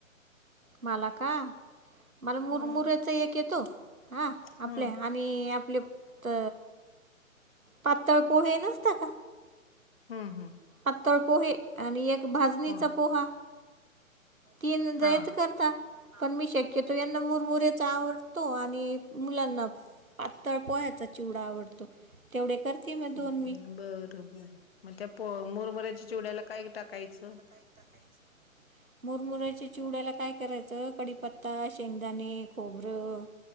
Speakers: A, on the right; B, on the left.
A: मला का मला मुरमुऱ्याचा
B: हम्म
A: एक येतो हा
B: हम्म
A: आपल्या आणि आपले त पातळ पोहे नसत का
B: हम्म, हम्
A: पातळ पोहे आणि एक भाजणीचा
B: हो
A: पोहा तीन <unintelligible>
B: हा
A: पण मी शक्यतो यांना मुरमुर्याचा आवड तो आणि मुलांना पातळ पोह्याचा चिवडा आवडतो तेवढे करते मी दोन
B: बर, बर मग त्या प मुरमऱ्याच्या चिवड्याला काय टाकायचं
A: काय टाकायचं मुरमुराच्या चिवड्याला काय करायचं कडीपत्ता शेंगदाणे खोबरं